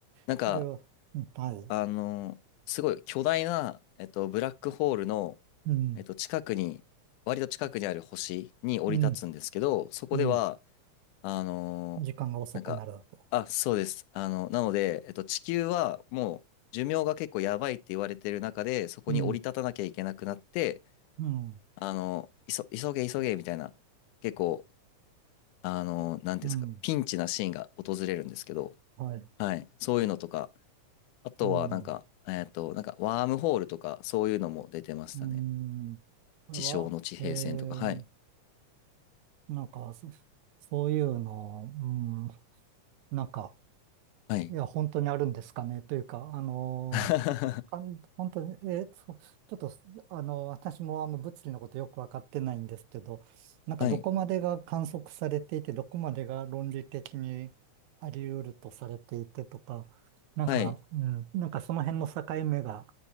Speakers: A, on the left; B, on the right.
A: なんか、
B: それは、うんはい。
A: あの、すごい巨大な、えっと、ブラックホールの、
B: うん、
A: えっと、近くに、割と近くにある星に降り立つんですけど、
B: うん、
A: そこでは、
B: うん。
A: あのなんか、
B: 時間が遅くなるだと。
A: あ、そうです。あの、なので、えっと、地球はもう寿命が結構やばいって言われてる中で、そこに降り立たなきゃいけなくなって、
B: うん、うん、
A: あの、いそ、急げ急げみたいな、結構、あのなんていうんですか、
B: うん。
A: ピンチなシーンが訪れるんですけど、
B: はい。
A: はい、そういうのとか、あとは、
B: うん。
A: なんか、えっと、なんか、ワームホールとか、そういうのも出てましたね。
B: うーん。これは、
A: 地上の地平線とか、
B: えー、
A: はい。
B: なんか、そそういうの、うん、なんか、
A: はい。
B: いや、本当にあるんですかね。というか、あの
A: <laughs>
B: かん、本当に、えーそうちょっと、あの、私もあの物理のことよくわかってないんですけど、なんかどこまでが観測されていて、
A: はい。
B: どこまでが論理的にあり得るとされていてとか、なんか、
A: はい。
B: うん、なんかその辺の境目が、